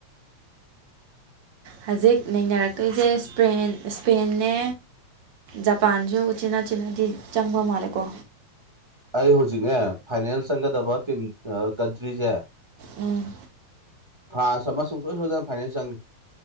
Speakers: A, on the right; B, on the right.
A: ꯍꯧꯖꯤꯛ ꯅꯩꯅꯔꯛꯇꯣꯏꯁꯦ ꯏꯁꯄꯦꯟꯅꯦ ꯖꯄꯥꯟꯁꯨ ꯎꯆꯤꯟꯅꯥ ꯆꯤꯅꯥꯗꯤ ꯆꯪꯕ ꯃꯥꯜꯂꯦꯀꯣ
B: ꯑꯩ ꯍꯧꯖꯤꯛꯅꯦ ꯐꯥꯏꯅꯦꯜ ꯆꯪꯒꯗꯕ ꯇꯤꯝ ꯀꯟꯇ꯭ꯔꯤꯁꯦ
A: ꯎꯝ
B: ꯐ꯭ꯔꯥꯟꯁ ꯑꯃ ꯁꯨꯡꯁꯣꯏ ꯁꯣꯏꯗꯅ ꯐꯥꯏꯅꯦꯜ ꯆꯪꯅꯤ